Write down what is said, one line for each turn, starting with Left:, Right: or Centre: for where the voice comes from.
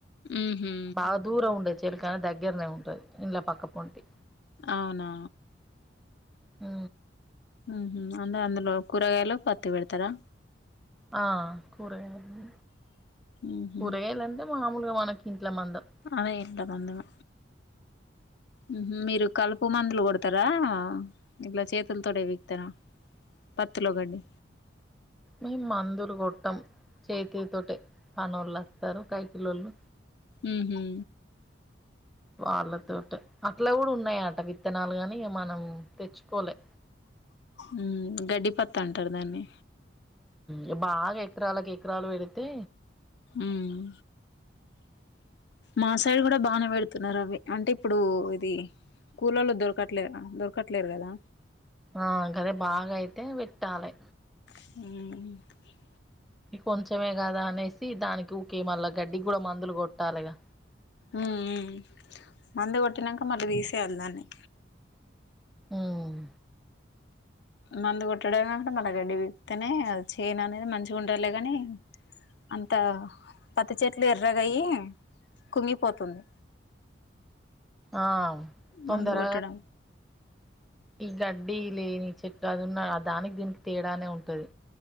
Left: మ్ హూ
Centre: బాగా దూరం ఉండే చెలిక దగ్గరనే ఉంటది ఇండ్ల పక్క పొంటి
Left: అవునా
Centre: మ్
Left: మ్ హూ అంద అందులో కూరగాయలు పత్తి పెడతారా.
Centre: ఆ కూరగాయలు
Left: ఉహు
Centre: కూరగాయలంటే మామూలుగా మనకి ఇంట్ల మందం
Left: అదే ఎంత మందిమొ మ్ హూ మీరు కలుపు మందులు కొడతారా ఇట్ల చేతులతోటే పీకుతరా. పత్తిలోకండి
Centre: మేము మందులు కొట్టం చేతి తోట పనోళ్ళు వస్తారు కైకిలళ్ళు
Left: మ్ హూ
Centre: వాళ్ళ తోటే అట్లా కూడా ఉన్నాయాట విత్తనాలు కాని మనం తెచ్చుకోలే
Left: మ్ గడ్డి పతంటారు దాన్ని
Centre: మ్ బాగా ఎకరాలకు ఎకరాలు పెరిగితే
Left: మ్ మా సైడ్ కూడా బానే పెడుతున్నారు అవి అంటే ఇప్పుడు ఇది కూలోల్లు దొరకట్లే దొరకట్లేరు కదా
Centre: ఆ గదే బాగైతే పెట్టాలి
Left: మ్
Centre: కొంచమే కదా అనేసి దానికి ఊకే మల్లా గడ్డికి కూడా మందులు కొట్టాలిగా
Left: మ్ మందు కొట్టినాక మళ్ళీ తీసేయాలి దాన్ని
Centre: మ్
Left: మందు కొట్టడమే మల్ల గడ్డి విపితేనే అది చేను అనేది మంచిగా ఉంటారులే కాని అంత పత్తి చెట్లు ఎర్రగా అయి కుంగిపోతుంది
Centre: ఆ తొందర
Left: మందు కొట్టడం
Centre: ఈ గడ్డి లేని చెట్ అదున్న దానికి దీనికి తేడానే ఉంటది